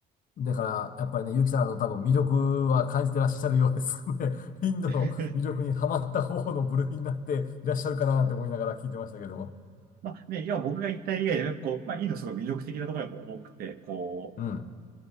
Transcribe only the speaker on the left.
だから、やっぱりね、ゆうきさん、あの、多分魅力は感じてらっしゃるようですね。<laughs> インドの魅力にはまった方の部類になっていらっしゃるかなって思いながら聞いてましたけども。
うん、